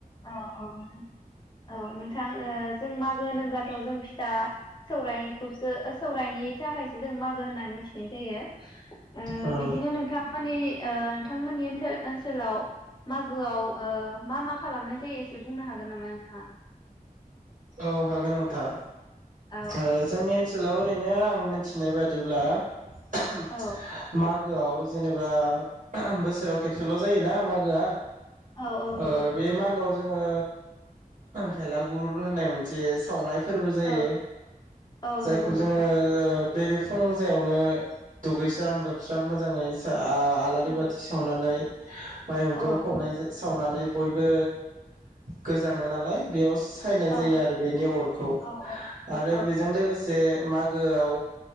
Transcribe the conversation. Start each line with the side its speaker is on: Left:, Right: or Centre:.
Left: औ औ नोंथां औ नोंथां ओ जों मागो होनोब्ला गौ जों फिथा सौरायनिखौसो ओ सौरायनि थाखायसो जों मागो होननानै मिथिनाय जायो। ओ
Right: औ
Left: बिदिनो नोंथांमोननि ओ नोंथांमोननि ओनसोल ओनसोलाव मागोआव ओ मा मा खालामनाय एसे एसे बुंनो हागोन नामा नोंथाङा
Right: औ हागोन नोंथां
Left: औ
Right: ओ जोंनि ओनसोलाव ओरैनो आं मिथिनाय बादिब्ला माग
Left: औ
Right: मागोआव जेनेबा बोसोराव खेबसेल जायोना मागोआ
Left: औ औ नंगौ
Right: ओ बे मागोआव जोङो भेलागुर होननाय मोनसे सावनाय फोरबो जायो
Left: औ औ
Right: जायखौ
Left: नंगौ नोंथां
Right: जोङो बेरे फुं जायावनो दुगैस्रां लोबस्रां मोजाङै सा आ आलारि
Left: औ
Right: बाथि सावनानै माइहुंखौ
Left: औ
Right: खावनाय सावनानै बयबो गोजाङो नालाय बेयाव सायनाय
Left: औ
Right: जायो आरो बेनि अरखौ
Left: औ नोंथां
Right: आरो बेजों लोगोसे मागोआव